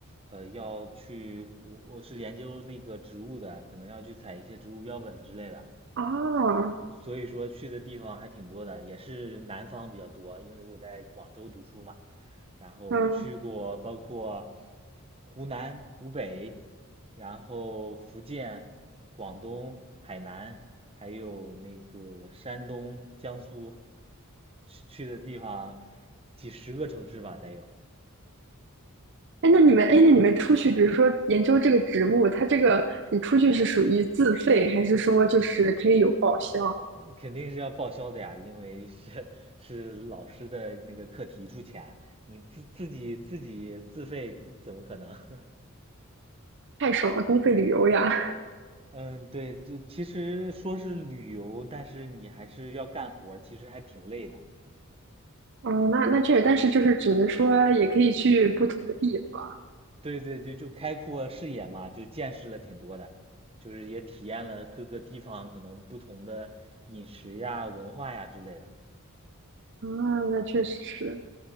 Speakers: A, on the right (about 25°); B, on the right (about 55°).
A: 呃，要去我我是研究那个植物的，可能要去采一些植物标本之类的。
B: 啊，
A: 所以说去的地方还挺多的，也是南方比较多，因为我在广州读书嘛，然后去过包括
B: 嗯。
A: 湖南、湖北，然后福建、呃广东、海南，还有那个山东、江苏，去去的地方几十个城市吧，得有。
B: 哎，那你们，哎，那你们出去，比如说研究这个植物，它这个你出去是属于自费，还是说就是可以有报销？
A: 嗯肯定是要报销的呀，因为是是老师的那个课题出钱，你自自己自己自费，怎怎么可能？<laughs>
B: 太爽了，公费旅游呀！
A: 嗯，对，这其实说是旅游，但是你还是要干活儿其实还挺累的。
B: <laughs> 嗯，那那确实，但是就是只能说也可以去不同的地方
A: 对对对，就开阔视野嘛，就见识了挺多的，就是也体验了各个地方可能不同的饮食呀、文化呀之类的。
B: 啊，那确实是。